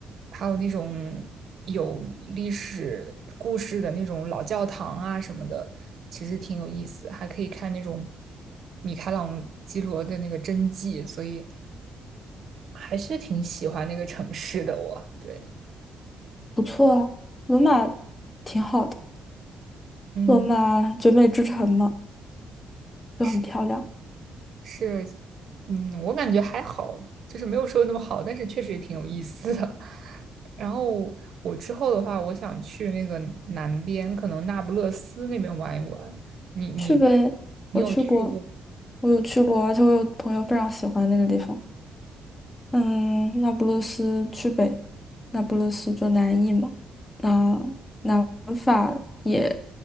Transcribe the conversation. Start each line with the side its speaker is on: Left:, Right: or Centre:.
Right: 还有那种有历史故事的那种老教堂啊什么的，其实挺有意思，还可以看那种米开朗基罗的那个真迹，所以。还是挺喜欢那个城市的我。对，
Left: 不错啊，罗马挺好的。
Right: 嗯
Left: 罗马绝美之城嘛，就很漂亮，
Right: 是，是，嗯，我感觉还好，就是没有说的那么好，但是确实也挺有意思的。然后我之后的话，我想去那个南边，可能那不勒斯那边玩一玩。你你
Left: 去呗。
Right: 你有去过？
Left: 我去过，我有去过，而且我有朋友非常喜欢那个地方。嗯，那不勒斯去呗，那不勒斯就南意嘛。那南法也